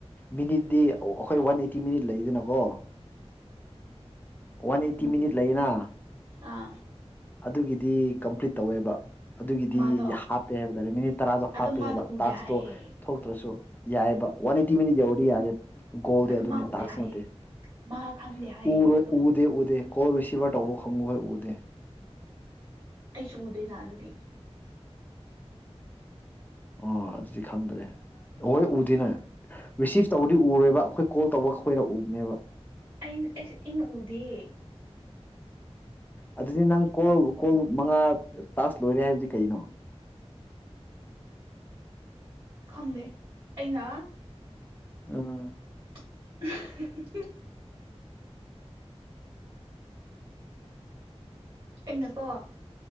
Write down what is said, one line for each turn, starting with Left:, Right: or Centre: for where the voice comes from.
Left: ꯃꯤꯅꯤꯠꯇꯤ ꯑꯩꯈꯣꯏ ꯋꯥꯟ ꯑꯩꯠꯇꯤ ꯃꯤꯅꯤꯠ ꯂꯩꯗꯅꯀꯣ ꯋꯥꯟ ꯑꯩꯠꯇꯤ
Right: ꯎꯝ
Left: ꯃꯤꯅꯤꯠ ꯂꯩꯌꯦꯅ
Right: ꯑꯥ
Left: ꯑꯗꯨꯒꯤꯗꯤ ꯀꯝꯄ꯭ꯂꯤꯠ ꯇꯧꯋꯦꯕ ꯑꯗꯨꯒꯤꯗꯤ
Right: ꯃꯥꯗꯣ
Left: ꯍꯥꯞꯄꯦ ꯍꯥꯏꯕ ꯇꯥꯔꯦ ꯃꯤꯅꯤꯠ ꯇꯔꯥꯗꯣ ꯍꯥꯞꯄꯦꯕ
Right: ꯑꯗꯨꯝ ꯃꯥꯗꯣ ꯎꯗꯦ
Left: ꯇꯥꯛꯁꯇꯣ
Right: ꯍꯥꯏꯌꯦ
Left: ꯊꯣꯛꯇ꯭ꯔꯁꯨ ꯌꯥꯏꯕ ꯑꯣꯅꯤꯇꯤ ꯃꯤꯗꯤ ꯦꯧꯤ ꯌꯥꯔꯦ ꯣꯜꯗꯤ
Right: ꯑꯗꯨꯝ
Left: ꯑꯗꯨꯅꯤ
Right: ꯃꯥ ꯎꯗꯦ
Left: ꯇꯥꯁ
Right: ꯍꯥꯏꯌꯦ
Left: ꯃꯔꯗꯦꯗꯦ
Right: ꯃꯥ ꯈꯪꯗꯦ ꯍꯥꯏꯌꯦ ꯑꯗꯨꯗꯣ
Left: ꯀꯣꯁꯤ ꯇꯧꯕ ꯈꯪꯕꯍꯣꯏ ꯎꯗꯦ
Right: ꯑꯩꯁꯨ ꯎꯗꯦ ꯅꯥꯟꯗꯗꯤ
Left: ꯑꯥ ꯑꯗꯨꯗꯤ ꯈꯪꯗ꯭ꯔꯦ ꯍꯍꯣꯏ ꯎꯗꯣꯏꯅꯦ ꯔꯤꯁꯤꯞ ꯇꯧꯔꯗꯤ ꯎꯔꯣꯏꯕ ꯑꯩꯈꯣꯏ ꯀꯣꯜ ꯇꯧꯕ ꯑꯩꯈꯣꯏꯅ ꯎꯕꯅꯦꯕ
Right: ꯑ ꯏꯩꯅ ꯎꯗ
Left: ꯑꯗꯨꯗꯤ ꯅꯪ ꯀꯣꯜ ꯀꯣꯜ ꯃꯉꯥ ꯇꯥꯁ ꯂꯣꯏꯔꯦ ꯍꯥꯏꯕꯗꯤ ꯀꯩꯅꯣ
Right: ꯈꯪꯗꯦ ꯑꯩꯅ
Left: ꯎꯝ
Right: <unintelligible> ꯑꯩꯅꯀꯣ